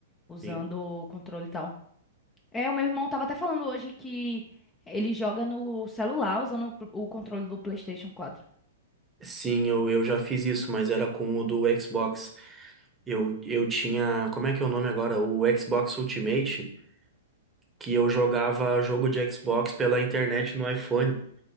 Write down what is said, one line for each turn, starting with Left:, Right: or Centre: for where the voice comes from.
Left: usando
Right: Sim.
Left: o controle e tal. É, o meu irmão tava até falando hoje que ele joga no celular usando o o controle do PlayStation 4.
Right: Sim, eu, eu já fiz isso, mas era com o do Xbox. Eu, eu tinha. Como é que é o nome agora? O Xbox Ultimate, que eu jogava jogo de Xbox pela internet no iPhone.